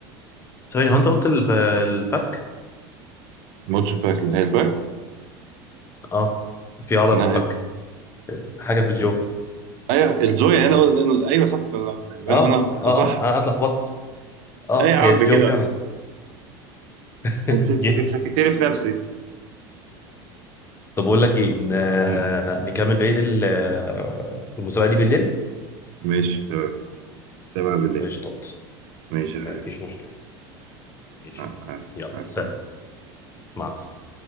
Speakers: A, on the left; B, on the right.
A: ثواني هو انت قلت الف... الفك
B: ماتش باك لا، هي الباك
A: اه في عضله
B: لا،
A: في الفك حاجه في الجو
B: ايوه الزوية انا أنا- ايوه صح انا يبقى
A: اه
B: انا
A: اه
B: صح
A: اه انا اتلخبطت اه
B: اي يا عم
A: هي الجو
B: كده
A: فعلا <laughs>
B: أنت شك-
A: جامد
B: شك- شككتني في نفسي
A: طب اقول لك ايه ن...
B: مم.
A: نكمل بقيه ال- آه، المسابقه دي بالليل
B: ماشي تمام تمام بالليل
A: قشطات
B: ماشي يا
A: مفيش
B: حبيبي
A: مشكله ماشي
B: مع مع-
A: يلا
B: مع السلامة
A: سلام مع السلامه